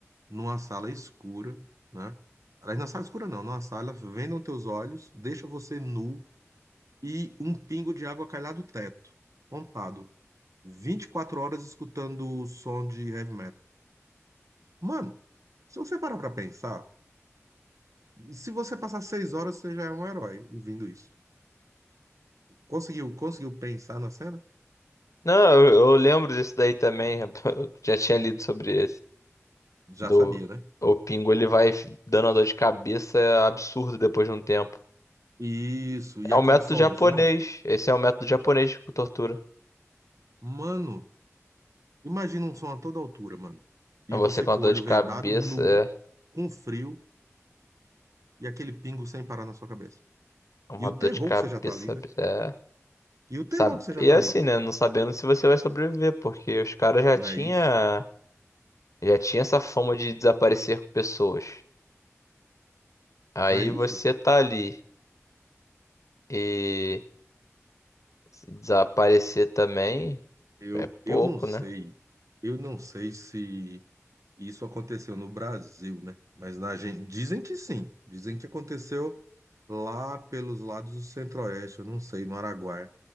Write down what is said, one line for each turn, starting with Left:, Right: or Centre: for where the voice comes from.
Right: numa sala escura, né? Aliás, na sala escura não, numa sala, vendam teus olhos, deixa você nu e um pingo de água cai lá do teto, pontado. 24 horas escutando o som de heavy metal. Mano, se você parar pra pensar, se você passar seis horas, você já é um herói ouvindo isso. Conseguiu, conseguiu pensar na cena?
Left: Não, eu, eu lembro disso daí também. <laughs> Eu já tinha lido sobre esse.
Right: Já
Left: Do,
Right: sabia, né?
Left: o Pingo, ele vai dando uma dor de cabeça absurda depois de um tempo.
Right: Isso,
Left: É
Right: e aquele
Left: o método
Right: sonzão.
Left: japonês. Esse é o método japonês de tortura.
Right: Mano, imagina um som a toda altura, mano. E
Left: É você
Right: você
Left: com
Right: com
Left: a dor
Right: o olho
Left: de
Right: vendado,
Left: cabeça.
Right: nu,
Left: É
Right: com frio, e aquele pingo sem parar na sua cabeça.
Left: É uma
Right: E o
Left: dor
Right: terror
Left: de cabeça.
Right: que você já tá ali, né?
Left: É.
Right: E o
Left: Sabe?
Right: terror que você já
Left: E
Right: tá
Left: é
Right: ali.
Left: assim, né? Não sabendo se você vai sobreviver, porque os caras já
Right: Não
Left: tinha,
Right: é isso?
Left: já tinha essa fama de desaparecer com pessoas. Aí
Right: Não é isso?
Left: você tá ali e se desaparecer também
Right: Eu,
Left: é pouco,
Right: eu não sei.
Left: né?
Right: Eu não sei se. Isso aconteceu no Brasil, né? Mas na Argentina. Dizem que sim. Dizem que aconteceu lá pelos lados do Centro-Oeste, eu não sei, no Araguaia.